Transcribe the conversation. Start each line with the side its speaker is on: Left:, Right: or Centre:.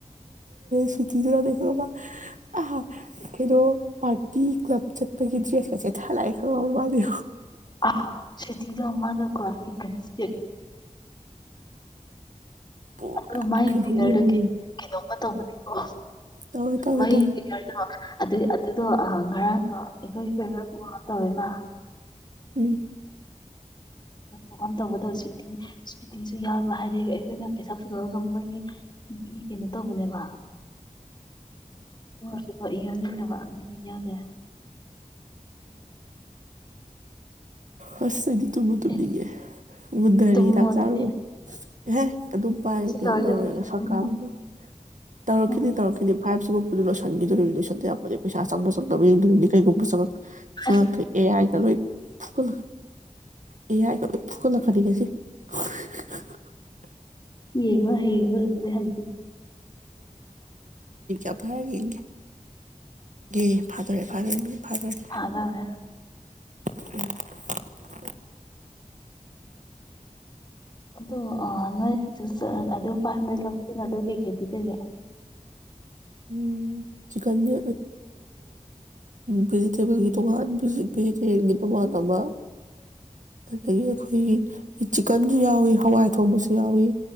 Right: ꯁꯤ ꯀ ꯈꯔꯦꯔꯕ ꯑ ꯍꯂꯣ ꯄꯥꯔꯇꯤ ꯀ꯭ꯂꯕ ꯆꯠꯄꯒꯤ ꯗ꯭ꯔꯦꯁꯀꯁꯦ ꯊꯥ ꯂꯥꯛꯑꯦ ꯈꯪꯉꯕ ꯃꯥꯜꯂꯤ
Left: ꯑ ꯁꯤꯇ ꯃꯥꯗꯣ ꯀꯣꯟꯇꯔꯦꯁꯦꯠ
Right: ꯄꯨꯔꯥ
Left: ꯑꯗꯨꯒ ꯃꯥꯏꯒꯤ
Right: ꯀꯩꯅꯣꯝꯅꯦ
Left: ꯐꯤꯒꯔꯗꯨ
Right: ꯍꯥꯏꯕ
Left: ꯀꯩꯅꯣꯝꯃ ꯇꯧꯕꯅꯦꯀꯣ
Right: ꯇꯧꯋꯦ ꯇꯧꯋꯦ
Left: ꯃꯥꯏ
Right: ꯇꯧꯋꯦ
Left: ꯐꯤꯒꯔꯗꯣ ꯑꯗꯨ ꯑꯗꯨꯗꯣ ꯉꯔꯥꯡꯅꯣ ꯑꯩꯈꯣꯏ ꯐꯦꯚꯔꯦꯠ ꯇꯧꯋꯦꯕ ꯋꯥ
Right: ꯎꯝ
Left: ꯉꯝ ꯇꯧꯕꯗꯣ ꯁꯨꯇꯤ ꯁꯨꯇꯤꯁꯨ ꯌꯥꯕ ꯍꯥꯏꯗꯤ ꯑꯩꯈꯣꯏꯅ ꯄꯩꯁꯥ ꯄꯨꯨꯊꯣꯔꯒ ꯃꯣꯏꯒꯤ ꯀꯩꯅꯣ ꯇꯧꯕꯅꯦꯕ <unintelligible> ꯍꯣꯏ ꯌꯥꯎꯅꯤꯡꯗꯕ ꯑꯗꯨꯒꯤ ꯌꯥꯗꯦ
Right: ꯑꯣ ꯑꯗꯤ ꯇꯨꯝꯃ ꯇꯨꯝꯅꯤꯡꯉꯦ
Left: ꯑꯦ
Right: ꯃꯨꯟꯊꯔꯦ
Left: ꯇꯨꯝꯃꯣ
Right: ꯍꯤꯗꯥꯛ
Left: ꯑꯗꯨꯗꯤ
Right: ꯆꯥꯔꯨꯨꯔꯣꯏ <unintelligible> ꯑꯗꯨꯝ ꯄꯥꯏꯌꯨ
Left: ꯁꯤ
Right: ꯀꯩꯅꯣ
Left: ꯂꯣꯏꯔꯒ
Right: ꯇꯧꯔꯒ ꯁꯔꯀꯥꯔꯁꯨ
Left: ꯇꯨꯝꯃꯣ
Right: ꯇꯧꯔꯛꯈꯤꯅꯤ
Left: ꯎꯝ
Right: ꯇꯧꯔꯛꯈꯤꯅꯤ ꯐꯥꯏꯞ ꯄꯣꯔꯣ ꯁꯟꯒꯤꯗꯁꯟ ꯑꯗꯩꯥ ꯆꯪꯕ ꯆꯪꯗꯕꯡꯗꯕꯅꯤꯩꯒꯨꯝꯕ ꯆꯪꯉ ꯆꯪꯛꯇꯣꯏ
Left: ꯑꯁ
Right: ꯑꯦ ꯍꯥꯏꯥꯏꯅ ꯂꯣꯏ ꯐ ꯑꯦ ꯌꯥꯏ ꯐ ꯀꯅ ꯈꯜꯂꯤꯒꯦꯁꯤ <unintelligible>
Left: ꯌꯦꯉ ꯍꯒ ꯍ
Right: ꯣ <inaudible> ꯐꯔ ꯌꯦꯦ ꯌꯦ ꯐꯠꯇ ꯐ ꯐꯥꯖꯔ
Left: ꯐꯥꯗꯧꯔꯦ
Right: ꯎꯝ
Left: ꯑꯗꯨ ꯑ ꯅꯣꯏ ꯑꯗꯨ ꯐꯥꯏꯚ ꯍꯟꯗ꯭ꯔꯦꯠ ꯑꯗꯨ ꯀꯩꯀꯩ ꯄꯤꯖꯒꯦ
Right: ꯎꯝ ꯆꯤꯀꯟꯅꯦ ꯚꯤꯖꯤꯇꯦꯕꯜꯒꯤ ꯇꯣꯉꯥꯟ ꯚꯤꯖꯤꯇꯦꯔꯤꯌꯟꯒꯤ ꯇꯣꯉꯥꯟ ꯑꯃ ꯑꯗꯒꯤ ꯑꯩꯈꯣꯏꯒꯤ ꯆꯤꯛꯀꯟꯁꯨ ꯌꯥꯎꯏ ꯍꯋꯥꯏ ꯊꯣꯡꯕꯁꯨ ꯌꯥꯎꯏ